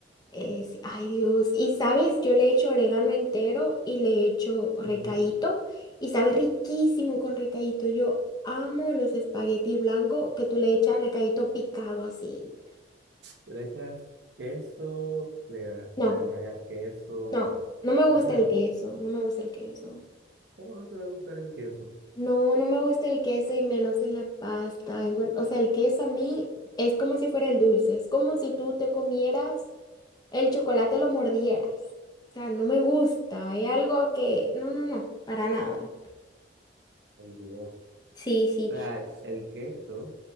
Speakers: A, on the left (about 20°); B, on the right (about 65°).
A: Eh, sí, ay Dios, y sabes, yo le he hecho orégano entero y le he hecho recaíto
B: Ujú.
A: y sabe riquísimo con recaíto. Yo amo los espaguetis blancos que tú le echas recaíto picado así.
B: Tú le echas queso, le,
A: No,
B: le rayas queso,
A: no, no me gusta
B: nada
A: el
B: de eso.
A: No. queso, no me gusta el queso.
B: ¿Cómo no te va a gustar el queso?
A: No, no me gusta el queso y menos en la pasta. Encuen- O sea, el queso a mí es como si fuera el dulce, es como si tú te comieras el chocolate, lo mordieras. O sea, no me gusta, es algo que, no, no, no, para nada.
B: Ay, Dios. O
A: Sí, sí.
B: sea, el queso,